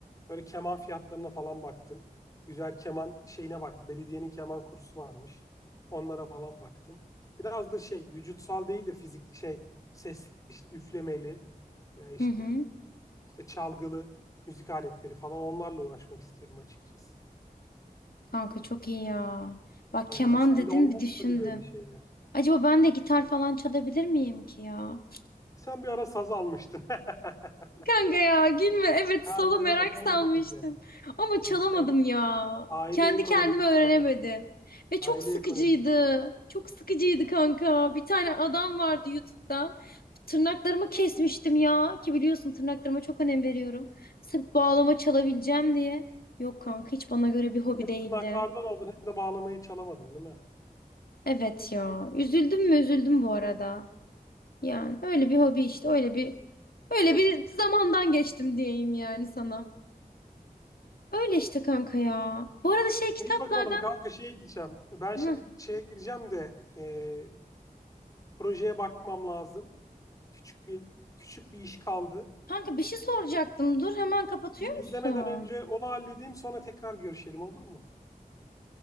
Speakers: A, on the left (about 20°); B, on the left (about 75°).
A: Böyle keman fiyatlarına falan baktım. Güzel keman şeyine baktım. Belediyenin keman kursu varmış. Onlara falan baktım. Biraz da şey vücutsal değil de fizik şey ses işte üflemeli ve işte
B: Hı hı.
A: işte çalgılı müzik aletleri falan onlarla uğraşmak istiyorum açıkçası.
B: Kanka çok iyi ya. Bak
A: Ya
B: keman
A: sende
B: dedin
A: olmaz
B: bir düşündüm.
A: tabii böyle şeyler.
B: Acaba ben de gitar falan çalabilir miyim ki ya?
A: Sen bir ara saz almıştın. <laughs>
B: Kanka ya gülme. Evet
A: Ha
B: solo
A: sen
B: merak
A: şaka
B: salmıştım.
A: mısın ya?
B: Ama çalamadım
A: Cidden
B: ya.
A: aile
B: Kendi
A: ekonomisi
B: kendime öğrenemedim.
A: var ha.
B: Ve
A: Aile
B: çok sıkıcıydı.
A: ekonomisi.
B: Çok sıkıcıydı kanka. Bir tane adam vardı YouTube'dan. Tırnaklarımı kesmiştim ya. Ki biliyorsun tırnaklarıma çok önem veriyorum. Sırf bağlama çalabileceğim diye. Yok kanka hiç bana göre bir hobi değildi.
A: Tırnaklardan oldun. Hem de bağlamayı çalamadın değil mi?
B: Evet ya. Üzüldüm mü üzüldüm bu arada. Yani öyle bir hobi işte öyle bir öyle bir zamandan geçtim diyeyim yani sana. Öyle işte kanka ya. Bu arada şey kitaplardan...
A: İyi bakalım kanka şey diyeceğim. Ben
B: Hı.
A: şimdi şeye gireceğim de e, projeye bakmam lazım. Küçük bir küçük bir iş kaldı.
B: Kanka bir şey soracaktım. Dur hemen kapatıyor
A: Film izlemeden
B: musun?
A: önce onu halledeyim sonra tekrar görüşelim olur mu?